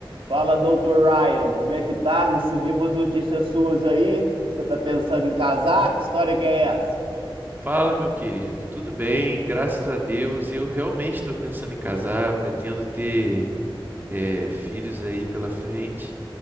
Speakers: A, on the right; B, on the right.
A: Fala, doutor Ryan, como é que tá? Recebi umas notícias suas aí, que você tá pensando em casar, que história que é essa?
B: Fala, meu querido. Tudo bem, graças a Deus. E eu realmente estou pensando em casar, pretendo ter eh, filhos aí pela frente.